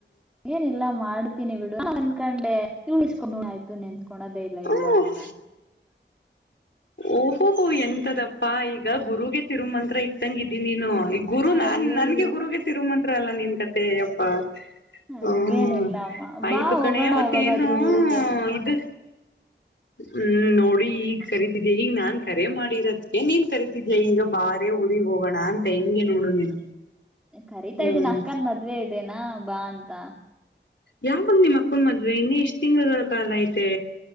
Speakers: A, in the centre; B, on the left.
A: ಏನಿಲ್ಲ ಮಾಡ್ತೀನಿ ಬಿಡು <unintelligible> ಕಂಡೆ ಇಳಿಸ್ಕೊಂಡು ಆಯ್ತು ನೆನ್ಸ್ಕೊಣದೇ ಇಲ್ಲ
B: ಹ್ಮ್
A: ಇವಳು ಅಂತ.
B: ಓಹೋಹೋ ಎಂತದಪ್ಪಾ ಈಗ ಗುರುಗೆ ತಿರುಮಂತ್ರ ಇಟ್ಟಂಗ ಇದೀ ನೀನು. ಈ ಗುರು
A: ಅಯ್ಯೋ
B: ನಾನ್ ನನ್ಗೆ
A: ಅಯ್ಯೋ
B: ಗುರುಗೆ ತಿರುಮಂತ್ರ ಅಲ್ಲ ನಿನ್ ಕತೆ ಯಪ್ಪ.
A: ಹಂಗೇನಿಲ್ಲ
B: ಹ್ಮ
A: ಅಮ್ಮ
B: ಆಯ್ತು
A: ಬಾ ಹೋಗೋಣ
B: ಕಣೇ ಅವತೇನೂ
A: ಯಾವಾಗಾದ್ರೂ ಊರಿಗೆ
B: ಇದು. ಹ್ಮ್ ನೋಡಿ ಈಗ ಸರಿ ಈಗ ನಾನ್ ಕರೆ ಮಾಡಿರೋದಕ್ಕೆ ನೀನ್ ಕರಿತಿದೀಯ ಈಗ ಬಾರೆ ಊರಿಗ್ ಹೋಗೋಣ ಅಂತ ಹೆಂಗೆ ನೋಡು ನೀನು
A: ಕರಿತಾ
B: ಹ್ಮ್
A: ಇದೀನ ಅಕ್ಕನ್ ಮದ್ವೆ ಇದೇನಾ ಬಾ ಅಂತ
B: ಯಾವಾಗ ನಿಮ್ಮ ಅಕ್ಕನ್ ಮದ್ವೆ ಇನ್ನ ಎಷ್ಟ್ ತಿಂಗಳುಗಳ ಕಾಲ ಐತೆ